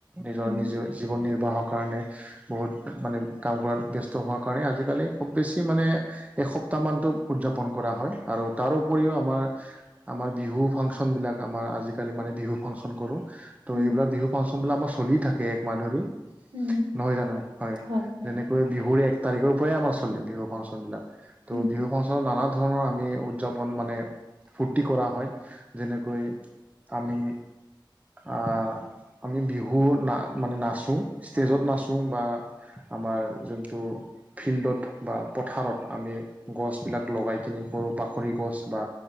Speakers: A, on the right; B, on the right.
A: নিজৰ
B: উম
A: নিজৰ জীৱন নিৰ্বাহৰ কাৰণে। বহুত মানে কাম কৰাত ব্যস্ত হোৱাৰ কাৰণে, আজিকালি খুব বেছি মানে। এসপ্তাহ মানতটো উদযাপন কৰা হয় আৰু তাৰওপৰিও আমাৰ। আমাৰ বিহু ফাংচন বিলাক আমাৰ আজিকালি মানে বিহু ফাংচন কৰোঁ ত'
B: উম
A: এইবিলাক বিহু। ফাংচন বিলাক আমাৰ চলিয়ে থাকে একমাহ ধৰি
B: উম,
A: নহয় জানো হয়নে।
B: হয় হয়
A: বিহুৰ এক তাৰিখৰ পৰাই আমাৰ চলে বিহু ফাংচন বিলাক ত'
B: উম
A: বিহু ফাংচনত নানা ধৰণৰ আমি। উদযাপন মানে ফূৰ্তি কৰা হয়, যেনেকৈ আমি। আহ আমি বিহু না মানে নাচো, ষ্টেজত নাচো বা। আমাৰ যোনটো। ফিল্ডত বা পথাৰত আমি গছবিলাক লগাই কিনি কৰোঁ। পাখৰি গছ বা